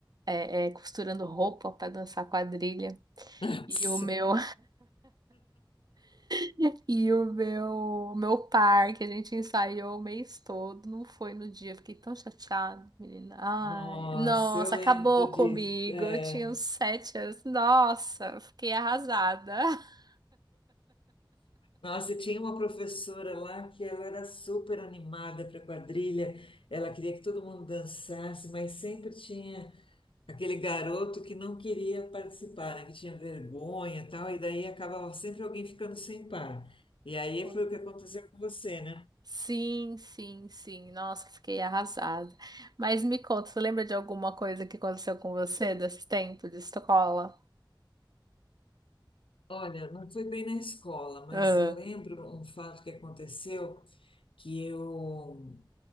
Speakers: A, on the right; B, on the left.
A: é, é, costurando roupa para dançar quadrilha.
B: Nossa,
A: E o meu <laughs> e o meu meu par que a gente ensaiou o mês todo, não foi no dia, fiquei tão chateada, menina. Ai,
B: nossa,
A: nossa,
B: eu lembro
A: acabou comigo.
B: disso. É,
A: Eu tinha uns sete anos. Nossa, eu fiquei arrasada. <laughs>
B: Nossa, e tinha uma professora lá que ela era super animada para quadrilha, ela queria que todo mundo dançasse, mas sempre tinha aquele garoto que não queria participar, né, que tinha vergonha e tal, e daí acabava sempre alguém ficando sem par. E aí
A: Foi.
B: foi o que aconteceu com você, né?
A: Sim, sim, sim. Nossa, fiquei arrasada. Mas me conta, você lembra de alguma coisa que aconteceu com você desse tempo de escola?
B: Olha, não foi bem na escola, mas
A: Ah,
B: eu lembro um fato que aconteceu que eu